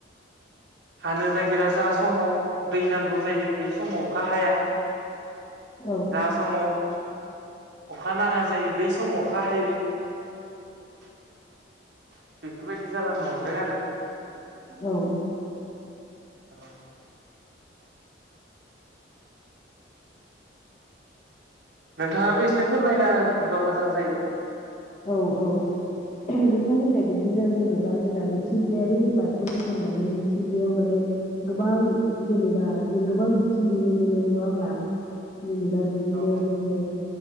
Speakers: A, on the right (about 65°); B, on the left (about 35°).
A: हानो नागिरा जा समाव दै नांगौ जायो बे समाव अखा हाया
B: औ
A: जा समाव अखा नाङा जायो बै समाव अखा हायो। बेफोरबायदि जालांनो हमदों आरो
B: औ।
A: औ। नोंथाङाबो एसे फोरमायना हो-होबा मोजां जायो।
B: औ औ नोंथां होननाय बिदिनो जेनेबा जोंना मिथिंगायारि होनबाथ' जोंना माने मिथिंगायाव माने गोबां जेनेबा जों गोबां बिथिं नुनो मोनो नङा होमबा? जेनेबा बिदिनो
A: औ
B: जोङो